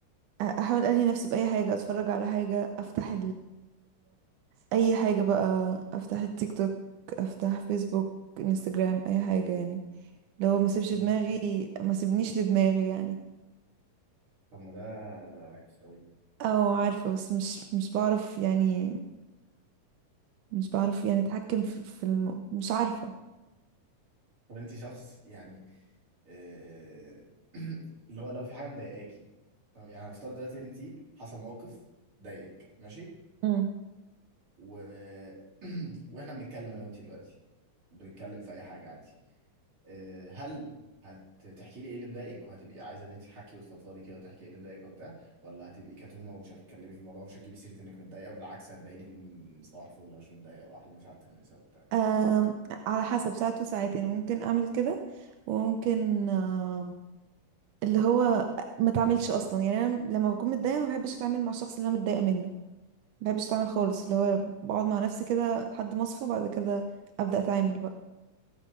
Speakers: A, on the right; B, on the right.
A: أ- احاول الهي نفسي باي حاجه اتفرج على حاجه افتح اي حاجة بقى افتح التيك توك افتح فيسبوك انستجرام اي حاجة يعني لو ما سيبش
B: مم.
A: دماغي ما سيبنيش لدماغي يعني
B: طب ما ده ده وحش قوي ده
A: او عارفة بس مش مش بعرف يعني مش بعرف يعني اتحكم في, في الم... مش عارفة
B: طب انت شخص يعني آه، <clears throat> اللي هو لو في حاجه مضايقاكي طب يعني هنفترض دلوقتي انت حصل موقف ضايقك ماشي
A: امم
B: و... <clears throat> واحنا بنتكلم انا وانت دلوقتي بنتكلم في اي حاجه عادي آه، هل هتحكي لي ايه اللي مضايقك وهتبقي عايزه ان انت تحكي وتفضفضي كده وتحكي ايه اللي مضايقك وبتاع ولا هتبقي كتومه ومش هتتكلمي في الموضوع مش هتجيبي سيره انك متضايقه وبالعكس هتبيني ان صباح الفل انا مش متضايقه واحلى مش على الترميسه وبتاع
A: أم... على حسب ساعات وساعتين ممكن اعمل كده وممكن أم... اللي هو ما اتعاملش اصلا يعني انا لما بكون متضايقة ما بحبش اتعامل مع الشخص اللي انا متضايقة منه ما بحبش اتعامل خالص اللي هو بقعد مع نفسي كده لحد ما اصفى بعد كده ابدا اتعامل بقى.